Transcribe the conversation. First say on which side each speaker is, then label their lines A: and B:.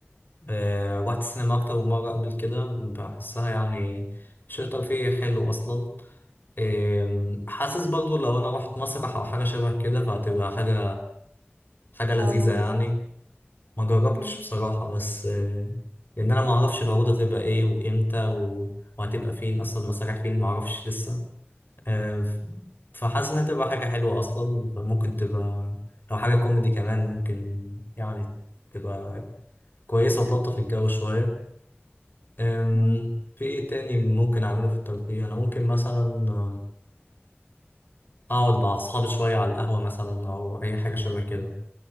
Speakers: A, on the left; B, on the right.
A: آه، رحت السينما اكتر من مره قبل كده بحسها يعني شيء ترفيهي حلو اصلا آم، حاسس برضه لو انا رحت مسرح او حاجه شبه كده فهتبقى حاجه حاجه لذيذه
B: اه لذيذ
A: يعني ما جربتش
B: مم.
A: بصراحه بس آه، لان انا ما اعرفش العروض هتبقى ايه وامتى و- وهتبقى فين اصلا المسارح فين ما اعرفش لسه آه، ف- فحاسس انها تبقى حاجة حلوة اصلا فممكن تبقى لو حاجة كوميدي كمان ممكن يعني تبقى كويسة وتلطف الجو شوية آم،
B: مم.
A: في ايه تاني ممكن اعمله في الترفيه انا ممكن مثلا آه، اقعد مع اصحابي شوية على القهوة مثلا او اي حاجة شبه كده